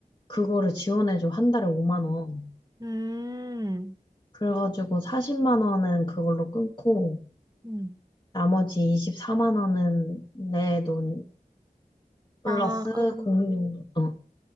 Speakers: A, on the left; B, on the right.
A: 그거를 지원해줘. 한 달에 5만 원.
B: 음,
A: 그래가지고 40만 원은 그걸로 끊고
B: 음.
A: 나머지 24만 원은 내 돈 플러스
B: 아, 그래.
A: 공용돈. 어,